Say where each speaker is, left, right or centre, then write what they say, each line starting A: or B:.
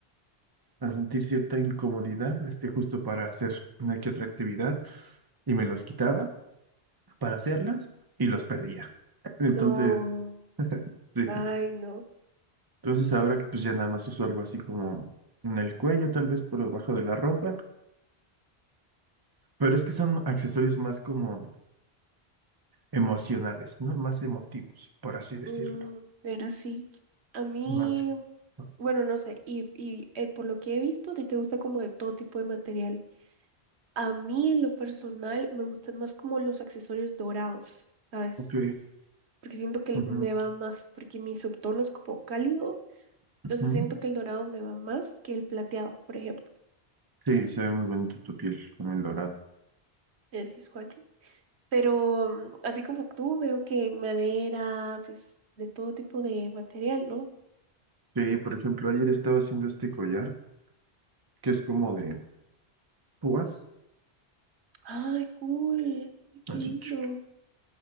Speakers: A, on the right (about 25°); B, on the right (about 80°).
A: a sentir cierta incomodidad, este, justo para hacer una que otra actividad, y me los quitaba para hacerlas y los perdía. <laughs> Entonces,
B: No.
A: sí.
B: Ay, no.
A: Entonces ahora que pues ya nada más uso algo así como en el cuello, tal vez por debajo
B: Mm,
A: de la ropa, pero es que son accesorios más como emocionales, ¿no? Más emotivos, por así decirlo.
B: mm, pero sí. A mí,
A: Más. ah,
B: bueno, no sé. Y, y eh, por lo que he visto, a ti te gusta como de todo tipo de material. A mí, en lo personal, me gustan más como los accesorios dorados, ¿sabes?
A: Ok.
B: porque siento que el-
A: ujú,
B: me va más, porque mi subtono es como cálido,
A: ujú.
B: entonces siento que el dorado me va más que el plateado, por ejemplo,
A: Sí, se ve muy bonito tu piel con el dorado.
B: decís Juanri. Pero mm, así como tú, veo que madera, pues de todo tipo de material, ¿no?
A: Sí, por ejemplo, ayer estaba haciendo este collar que es como de púas
B: Ay, cool, ay, qué
A: Así,
B: lindo.
A: chic.